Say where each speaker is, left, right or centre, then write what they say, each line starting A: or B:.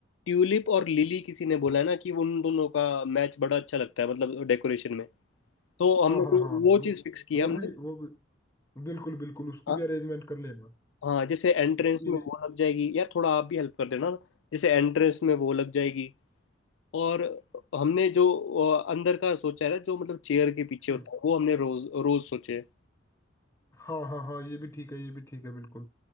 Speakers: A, on the left; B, on the left.
A: ट्यूलिप और लिली किसी ने बोला है ना कि उन दोनों का मैच बड़ा अच्छा लगता है मतलब डेकोरेशन में तो हमने
B: हाँ हाँ
A: कोई
B: हाँ
A: वो
B: वो
A: चीज़ फिक्स की
B: वो
A: है हमने
B: भी वो भी बिल्कुल बिल्कुल उसकी
A: हाँ
B: भी अरेंजमेंट कर लेना
A: हाँ जैसे एंट्रेंस
B: बाकी
A: में वो लग जाएगी यार थोड़ा आप भी हेल्प कर देना ना, जैसे एंट्रेंस में वो लग जाएगी और हमने जो अ, अंदर का सोचा है ना जो मतलब चेयर के पीछे
B: हम्म
A: होता है वो हमने रोज रोज सोचे है
B: हाँ हाँ हाँ ये भी ठीक है ये भी ठीक है बिल्कुल